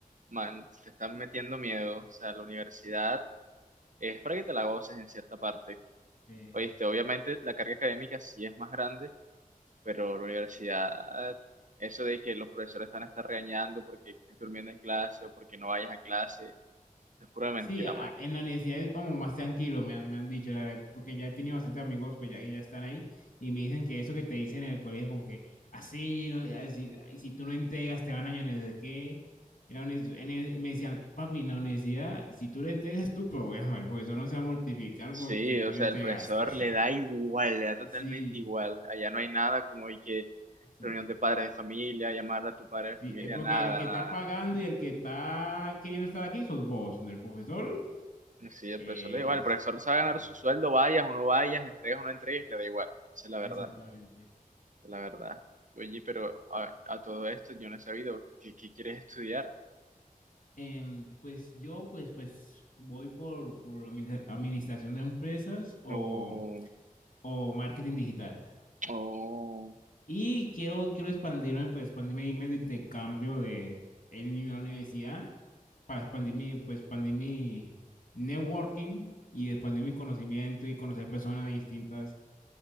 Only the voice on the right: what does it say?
Man, te están metiendo miedo, o sea, la universidad es para que te la goces en cierta parte.
Oíste, obviamente la carga académica sí es más grande pero la universidad, eso de que los profesores están a estar regañando porque estés durmiendo en clase o porque no vayas a clase, es pura mentira,
man.
Sí,
o sea,
el profesor
le da igual, le da totalmente
igual. Allá no hay nada como hay que
reunión de padres de familia, llamar a tu padre de
familia,
nada,
nada,
nada.
No, Sí, el
profesor le da igual, el profesor sabe ganar
su sueldo, vayas o no vayas, entregues o no entregues, le da igual. Esa es la verdad,
esa es la verdad. Oye, pero a, a todo esto yo no he sabido, ¿qué, qué quieres estudiar?
No.
Oh,